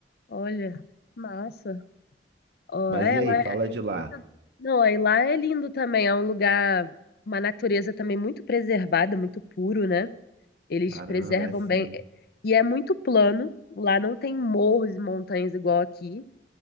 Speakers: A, on the left; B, on the right.
A: Olha, massa. Ó,
B: Mas
A: é,
B: e aí,
A: lá é,
B: fala
A: é
B: de
A: encantador.
B: lá.
A: Não, aí lá é lindo também. É um lugar, uma natureza também muito preservada, muito puro, né? Eles
B: Caramba,
A: preservam
B: é assim.
A: bem. é, E é muito plano. Lá não tem morros e montanhas igual aqui.